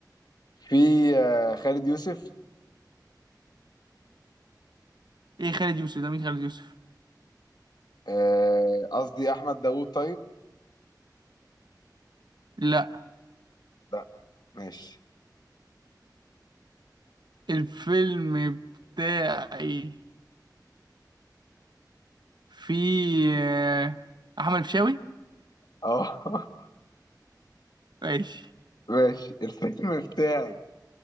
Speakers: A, on the left; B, on the right.
A: فيه آه خالد يوسف
B: ايه خالد يوسف ده مين خالد يوسف
A: آه، قصدي احمد داوود طيب
B: لا
A: لا ماشي
B: الفيلم بتاعي في آه، احمد الفيشاوي
A: اه <laughs>
B: ماشي
A: ماشي الفيلم بتاعي